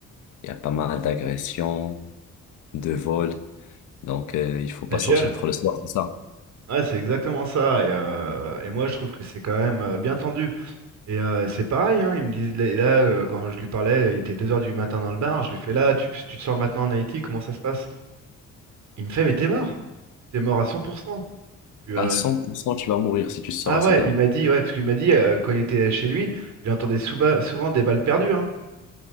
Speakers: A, on the left; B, on the right.
A: il y a pas mal d'agressions, de vols. Donc, euh, il faut pas
B: Ça viole.
A: sortir trop le soir, c'est ça.
B: Ouais, c'est exactement ça. Et, euh, et moi, je trouve que c'est quand même euh, bien tendu. Et euh, c'est pareil, hein, il me dit, là, là, euh, quand je lui parlais, il était deux heures du matin dans le bar. Je lui fais là, tu, tu te sors maintenant en Haïti, comment ça se passe? Il me fait, mais t'es mort. T'es mort à 100%. Tu, euh,
A: À cent, pour cent tu vas mourir si tu sors
B: Ah
A: à
B: ouais,
A: 7 heures.
B: il m'a dit, ouais, parce qu'il m'a dit, euh, quand il était chez lui, il entendait souva- souvent, des balles perdues. Hein.